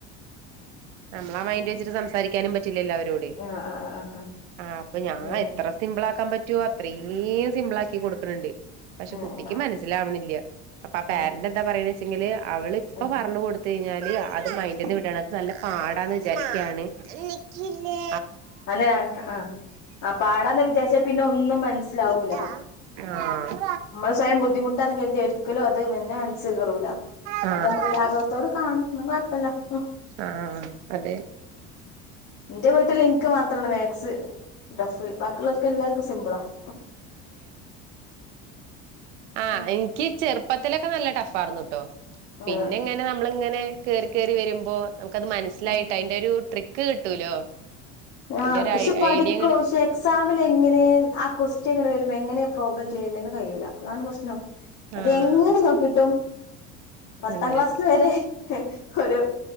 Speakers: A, on the right; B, on the left.
A: നമ്മളാ <unintelligible> സംസാരിക്കാനും അവരോട്
B: ആഹ് ആഹ് ആഹ് ആഹ് ആഹ്
A: ആ അപ്പൊ ഞൻ
B: ഉം
A: എത്ര സിമ്പിൾആക്കാൻ ചോത്ത്രസ് <unintelligible> സിംമ്പിൾ ആക്കി കൊടുക്കുന്നുണ്ട് പക്ഷെ
B: ആഹ്
A: കുട്ടിക്ക്
B: ആഹ്
A: മനസ്സിലാവണില്ല അപ്പൊ ആ
B: ആഹ്
A: പാരന്റ് എന്താ പറയ വെച്ചെങ്കില് അവള് ഇപ്പ
B: ആഹ് ആഹ്
A: പറഞ്ഞു കൊടുത്ത എടി ഞാൻ അത് മൈൻഡിന്ന് വിടാണ് അത് നല്ല പാടാന്ന് വിചാരിക്കുകയാണ് എനിക്കില്ലേ
B: അതെ ആന്ന് ആ ആ പാടാന്ന് വിചാരിച്ചാ പിന്നെ ഒന്നും മനസ്സിലാവൂല്ല
A: ആ ആ
B: നമ്മള് സ്വയം ബുദ്ധിമുട്ടാന്ന് കരുതി ഒരിക്കലും അത് ഒന്നും മനസി കേറൂല്ല
A: ആഹ്
B: അത് നമ്മൾ ലാഘവത്തോട് കാണും ന്നാകുഴപ്പുല്ല ഉം
A: ആഹ് അതെ
B: എന്റെ വീട്ടിൽ എനിക്ക് മാത്രാണ് വേ ശ്ശ് ഡഫ് ബാക്കിയുള്ളർക്കെല്ലാർക്കും സിമ്പിളാ ഉം
A: ആ
B: ഉം
A: എനിക്ക് ചെ പ്പത്തിലക്ക നല്ല ടഫാർന്നുട്ടോ പിന്നെ
B: ആഹ്
A: ഇങ്ങനെ നമ്മളിങ്ങനെ കേറി കേറി വരുമ്പോ നമുക്കത് മനസിലായിട്ട്
B: ഉം
A: അതിന്റൊരു ട്രി കിട്ടൂലോ അതിന്റെ
B: ആ
A: ഒരു
B: ഇഷെ പഠിക്കോ
A: ഐഡിയ ഇങ്ങട്
B: ഷെ എക്സാമിലെ ങ്ങനെ ആ ക്വസ് ച്ചി ഇങ്ങട് വരുമ്പ എങ്ങനെയാ പ്രോബ് ചെയ്യേണ്ടന്ന് കഴിയൂല്ല അതാണ് പ്രശ്നം അത്
A: ആഹ്
B: എങ്ങനെ നോക്കിട്ടും പത്താം
A: അതെ
B: ക്ലാസ്സിൽ വരെ ഒരു